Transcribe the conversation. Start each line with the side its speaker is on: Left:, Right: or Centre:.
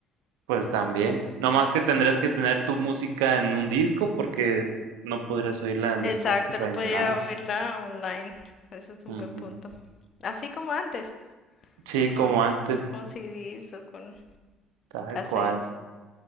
Right: Pues también. No más que tendrías que tener tu música en un disco porque no podrías oírla en
Left: Exacto,
Right: Spotify
Left: no podía
Right: ni nada.
Left: oírla online. Eso es un
Right: Ujú.
Left: buen punto. Así como antes,
Right: Sí,
Left: con,
Right: como antes,
Left: con CDs o con
Right: tal
Left: cassettes.
Right: cual.